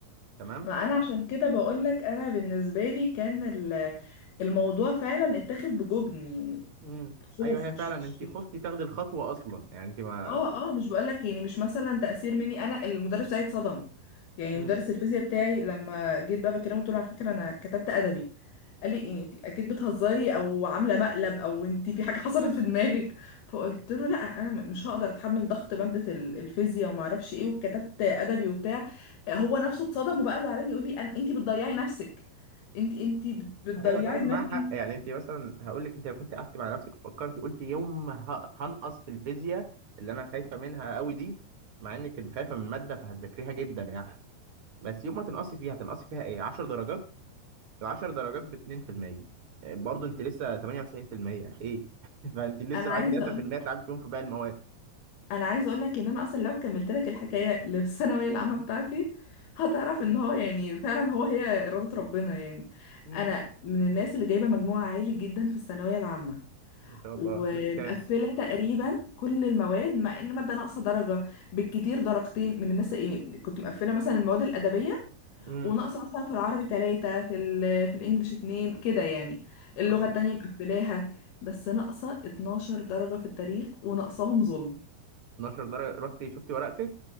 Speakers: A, on the right (about 40°); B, on the left (about 75°).
A: تمام
B: ما انا عشان كده بقول لك انا بالنسبة لي كان ال- الموضوع فعلا اتاخد بجبن يعني
A: امم
B: خوف
A: ايوه هي
B: مش
A: فعلا
B: مش
A: انت خفتي تاخدي الخطوه اصلا يعني انت ما
B: اه اه مش بقولك يعني مش مثلا تأثير مني انا المدرس بتاعي اتصدم يعني
A: امم
B: مدرس الفيزياء بتاعي لما جيت بقى بكلمه قلت له على فكرة انا كتبت ادبي قال لي يعني انت اكيد بتهزري او عامله مقلب او انت في حاجه <laughs> حصلت في دماغك فقلت له لا انا م- مش هقدر اتحمل ضغط ماده ال- الفيزياء وما اعرفش ايه وكتبت ادبي وبتاع هو نفسه اتصدم وبقى زعلان يقول لي انا انت بتضيعي نفسك انت انت بت- بتضيعي
A: ايوه فعلا
B: دماغك
A: معاها حق
B: انت
A: يعني انت مثلا هقول لك انت لو كنت قعدت مع نفسك وفكرتي قلت يوم ما ه- هنقص في الفيزياء اللي انا خايفه منها قوي دي مع انك كنت خايفه من الماده فهتذاكريها جدا يعني بس يوم ما تنقصي فيها هتنقصي فيها ايه 10 درجات ال 10 درجات ب 2% آه، برضه انت لسه 98% ايه <laughs> فانت لسه
B: انا
A: معاكي
B: عايزه
A: 3%
B: اقول
A: تلعبي فيهم في باقي المواد
B: انا عايزه اقول لك ان انا اصلا لو كملت لك الحكايه للثانويه العامه بتاعتي هتعرف ان هو يعني فعلا هو هي اراده ربنا يعني
A: امم
B: انا من الناس اللي جايبه مجموع عالي جدا في الثانويه العامه
A: ما شاء الله
B: ومقفله
A: جبت كام
B: تقريبا كل المواد مع ان ماده ناقصه درجه بالكتير درجتين من الناس يعني كنت مقفله مثلا المواد الادبيه
A: امم
B: وناقصه مثلا في العربي ثلاثه في ال في الانجليش اتنين كده يعني اللغه
A: اه
B: التانيه مقفلاها بس ناقصه 12 درجه في التاريخ وناقصاهم ظلم
A: 12 درجة رحتي شفتي ورقتك